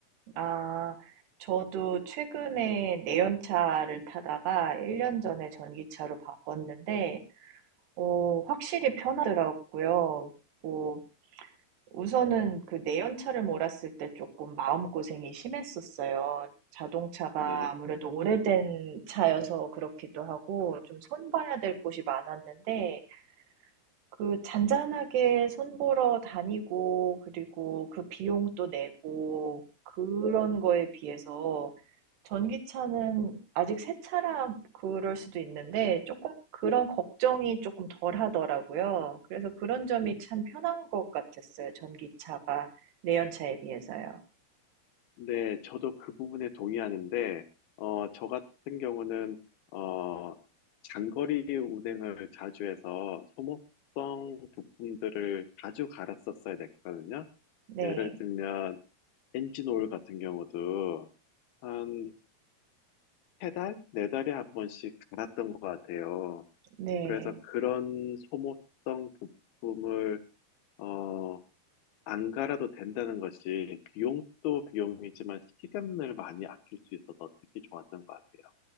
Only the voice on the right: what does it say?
아, 저도 최근에 내연차를 타다가 1년 전에 전기차로 바꿨는데, 어, 확실히 편하더라고요. 뭐, 우선은 그 내연차를 몰았을 때 조금 마음고생이 심했었어요. 자동차가
아무래도 오래된 차여서 그렇기도 하고, 좀 손봐야 될 곳이 많았는데, 그 잔잔하게 손 보러 다니고 그리고 그 비용도 내고 그런 거에 비해서 전기차는 아직 새 차라 그럴 수도 있는데 조금 그런 걱정이 조금 덜 하더라고요. 그래서 그런 점이 참 편한 것 같았어요. 전기차가 내연차에 비해서요.
네,
네.